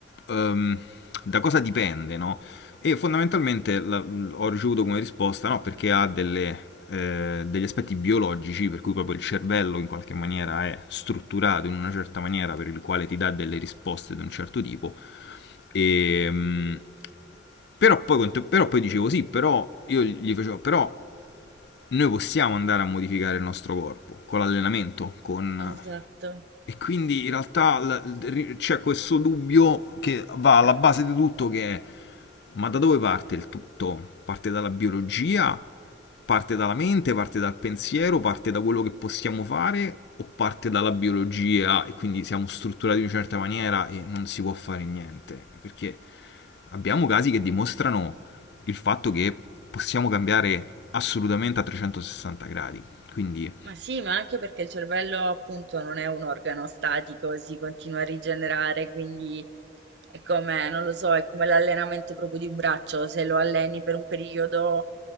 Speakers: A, on the left; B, on the right.
A: ehm, da cosa dipende? No? E fondamentalmente la- ho ricevuto come risposta no, perché ha delle, eh, degli aspetti biologici, per cui proprio il cervello in qualche maniera è strutturato in una certa maniera per il quale ti dà delle risposte di un certo tipo. E, mh, però, poi, cont- però poi dicevo sì, però io gli facevo, però noi possiamo andare a modificare il nostro corpo con l'allenamento, con
B: Esatto.
A: e quindi in realtà l- c'è questo dubbio che va alla base di tutto che è ma da dove parte il tutto? Parte dalla biologia? Parte dalla mente? Parte dal pensiero? Parte da quello che possiamo fare? O parte dalla biologia e quindi siamo strutturati in una certa maniera e non si può fare niente? Perché abbiamo casi che dimostrano il fatto che possiamo cambiare assolutamente a 360 gradi. Quindi
B: Ma sì, ma anche perché il cervello appunto non è un organo statico, si continua a rigenerare, quindi è come, non lo so, è come l'allenamento proprio di un braccio, se lo alleni per un periodo